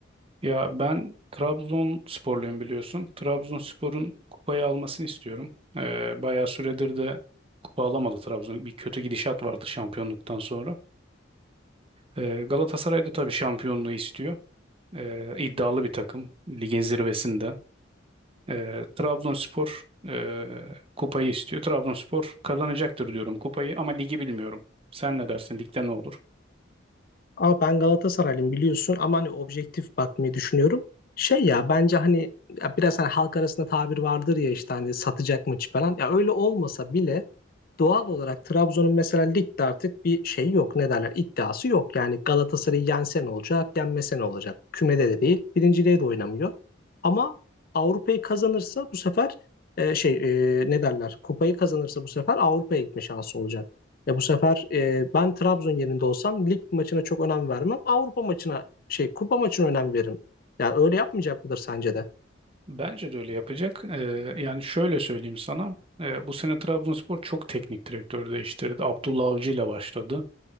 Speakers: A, on the right; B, on the left.
A: Ya ben Trabzonsporluyum biliyorsun. Trabzonspor'un kupayı almasını istiyorum. Ee, bayağı süredir de kupa alamadı Trabzon. Bir kötü gidişat vardı şampiyonluktan sonra. Ee, Galatasaray da tabii şampiyonluğu istiyor. Ee, iddialı bir takım. Ligin zirvesinde. Ee, Trabzonspor e, kupayı istiyor. Trabzonspor kazanacaktır diyorum kupayı ama ligi bilmiyorum. Sen ne dersin? Ligde ne olur?
B: Ama ben Galatasaraylıyım biliyorsun ama hani objektif bakmayı düşünüyorum. Şey ya bence hani ya biraz hani halk arasında tabir vardır ya işte hani satacak maçı falan. Ya öyle olmasa bile doğal olarak Trabzon'un mesela ligde artık bir şey yok. Ne derler? iddiası yok. Yani Galatasaray'ı yensen olacak, yenmesen olacak. Kümede de değil, birinciliğe de oynamıyor. Ama Avrupa'yı kazanırsa bu sefer e, şey e, ne derler? Kupayı kazanırsa bu sefer Avrupa'ya gitme şansı olacak. Ya bu sefer e, ben Trabzon yerinde olsam lig maçına çok önem vermem. Avrupa maçına şey kupa maçına önem veririm. Yani öyle yapmayacak mıdır sence de?
A: Bence de öyle yapacak. Ee, yani şöyle söyleyeyim sana. Ee, bu sene Trabzonspor çok teknik direktör değiştirdi. Abdullah Avcı ile başladı.